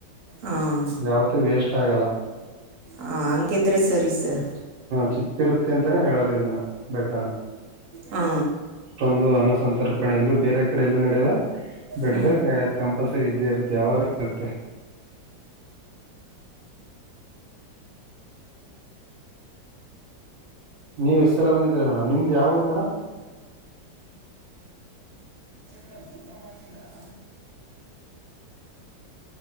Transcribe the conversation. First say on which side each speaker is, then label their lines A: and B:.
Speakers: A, on the right; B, on the right.
A: ಹಾಂ
B: ಯಾವತ್ತ ವೇಸ್ಟ್ ಇಷ್ಟ ಆಗಲ್ಲ
A: ಹ ಹಂಗಿದ್ರೆ ಸರಿ ಸರ್
B: ಚಿಕ್ತಿ ತಿರುಪ್ತಿ ಅಂತಾನೇ ಹೇಳದ ಇದನ್ನ ಬೆಟ್ಟನ
A: ಹಾ
B: ಅನ್ನಸಂತರ್ಪಣೆಲ್ಲೂ ಬೇರೆ ಕಡೆ ಎಲ್ಲೂ ನಡೆಯಲ್ಲ ಬಿಡ
A: ಹ್ಞೂ
B: ಅ ಕಂಪಲ್ಸರಿ ಇದ್ದೇ ಇರುತ್ತೆ ಯಾವಾಗ ಸತ್ತೆ ನೀವ್ ಎಸ್ ಎಲ್ಲ ಬಂದಿದರ ಮೇಡಮ್ ನಿಮ್ದ್ ಯಾವರು ಮೇಡಮ್
A: ಕಡೆ ಊಟ ಮಾಡ್ತಿದ್ದಾರಾ